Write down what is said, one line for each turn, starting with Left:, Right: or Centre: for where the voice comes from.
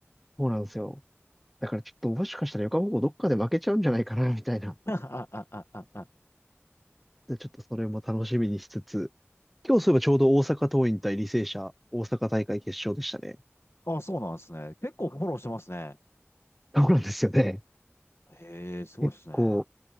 Centre: そうなんですよ。だからちょっともしかしたら横浜高校どっかで負けちゃうんじゃないかな、<laughs> みたいな。
Left: <laughs>
Centre: で、ちょっとそれも楽しみにしつつ、今日そういえばちょうど大阪桐蔭対履正社、大阪大会決勝でしたね。
Left: あ、そうなんですね。結構フォローしてますね。
Centre: そうなんですよね。
Left: へえ、すごいですね。
Centre: 結構